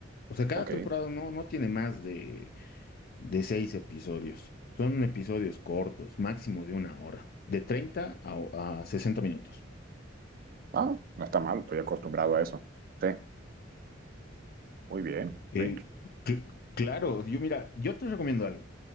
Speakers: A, on the left (about 50°); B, on the right (about 50°).
A: o sea, cada
B: Ok.
A: temporada no, no tiene más de de seis episodios. Son episodios cortos, máximo de una hora, de 30 a, a 60 minutos.
B: Ah, no está mal, estoy acostumbrado a eso. Sí, muy bien.
A: Eh,
B: Sí,
A: cl- claro, yo mira, yo te recomiendo algo.